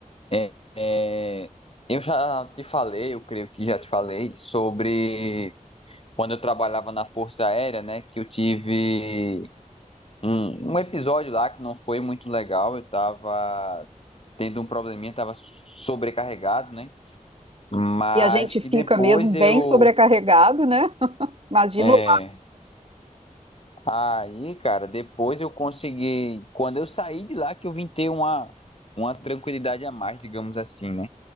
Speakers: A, on the left; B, on the right.
A: É, é, eu já te falei, eu creio que já te falei, sobre quando eu trabalhava na Força Aérea, né? Que eu tive um, um episódio lá que não foi muito legal. Eu estava tendo um probleminha, estava sobrecarregado, né? Mas
B: E a gente
A: que
B: fica
A: depois
B: mesmo bem
A: eu.
B: sobrecarregado, né? Imagino
A: é, aí, cara, depois eu consegui. Quando eu saí de lá, que eu vim ter uma, uma tranquilidade a mais, digamos assim, né?